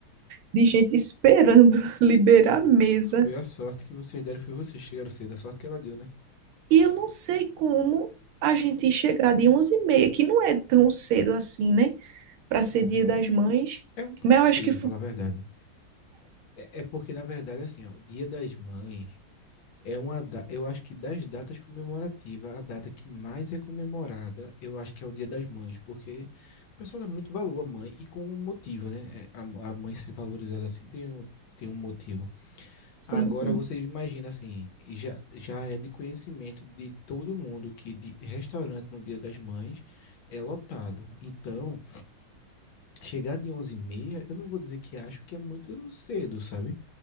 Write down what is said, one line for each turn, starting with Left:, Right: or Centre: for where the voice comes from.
Right: de gente esperando <laughs> liberar
Left: Foi,
Right: a mesa.
Left: foi a sorte que vocês deram, foi vocês que chegaram cedo, a sorte que ela deu, né?
Right: E eu não sei como a gente chegar de onze e meia, que não é tão cedo assim, né? Para ser
Left: Uhum.
Right: Dia das Mães.
Left: É um pouco
Right: Mas eu
Left: cedo,
Right: acho que foi.
Left: falar a verdade. É, é porque, na verdade, assim, ó, Dia das Mães É uma, da- eu acho que das datas comemorativas, a data que mais é comemorada, eu acho que é o Dia das Mães, porque o pessoal dá muito valor à mãe e com um motivo, né? É, A, a mãe ser valorizada assim tem, um- tem um motivo.
Right: Sim,
Left: Agora
Right: sim.
Left: você imagina assim, já, já é de conhecimento de todo mundo que de restaurante no Dia das Mães é lotado. Então, chegar de onze e meia eu não vou dizer que acho que é muito cedo, sabe?